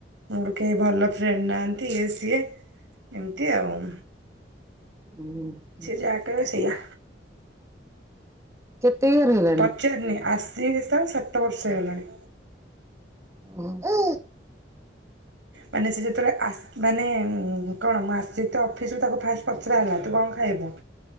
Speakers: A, on the right; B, on the right.
A: ମୋର କେହି ଭଲ ଫ୍ରେଣ୍ଡ ନାହାଁନ୍ତି ଇଏ ସିଏ ଏମିତି ଆଉ।
B: ଉଁ।
A: ସେ ଯା କହିବ ସେୟା।
B: କେତେ ଇୟର ହେଲା?
A: ପଚାରିନି ଆସି ତ ସାତ ବର୍ଷ ହେଇଗଲାଣି।
B: ଓହୋ।
A: ମାନେ ସେ ଯେତେବେଳେ ଆସ ମାନେ କଣ ମୁଁ ଆସିଛି ତ ଅଫିସରୁୁ ତାକୁ ଫାଷ୍ଟ ପଚରା ହେଲା ତୁ କଣ ଖାଇବୁ